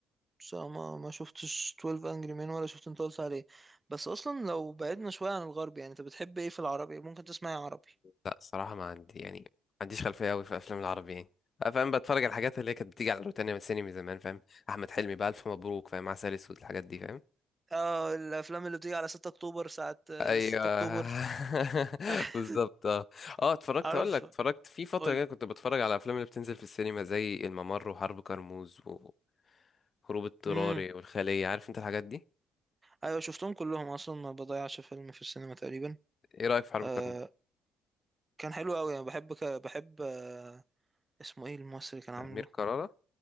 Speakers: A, on the right; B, on the left.
A: بس ما ما شفتش 12 انجري مين ولا شفت انت قلت عليه بس اصلا لو بعدنا شويه عن الغرب يعني انت بتحب ايه في العربي ممكن تسمعي عربي
B: لا الصراحه ما عندي يعني ما عنديش خلفيه قوي في افلام العربي يعني أه، فاهم بتفرج على الحاجات اللي هي كانت بتيجي على روتانا من السينما زمان فاهم احمد حلمي بقى الف مبروك فاهم عسل اسود الحاجات دي فاهم
A: اه الافلام اللي بتيجي على 6 اكتوبر ساعه آه،
B: ايوه
A: 6
B: <laughs>
A: اكتوبر <laughs>
B: بالظبط اه اه اتفرجت
A: عارف
B: اقول لك اتفرجت في فتره
A: قول
B: كده كنت بتفرج على الافلام اللي بتنزل في السينما زي الممر وحرب كرموز وهروب اضطراري
A: امم
B: والخليه عارف انت الحاجات دي
A: ايوه شفتهم كلهم اصلا ما بضيعش فيلم في السينما تقريبا
B: ايه رايك في حرب
A: آه
B: كرموز
A: كان حلو قوي انا بحب ك... بحب آه اسمه ايه الممثل اللي كان عامله
B: امير كرارة